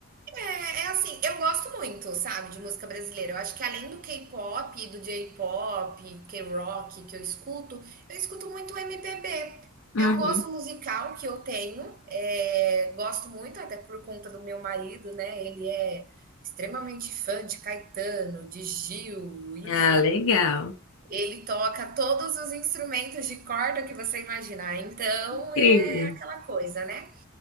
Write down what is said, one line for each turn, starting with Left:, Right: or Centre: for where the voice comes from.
Right: É, é assim, eu gosto muito, sabe, de música brasileira. Eu acho que além do K-pop, do J-pop, K-rock que eu escuto, eu escuto muito MPB.
Left: Uhum.
Right: É um gosto musical que eu tenho, é, gosto muito, até por conta do meu marido, né? Ele é extremamente fã de Caetano, de Gil, enfim.
Left: Ah, legal.
Right: Ele toca todos os instrumentos de corda que você imaginar. Então
Left: Incrível.
Right: é aquela coisa, né?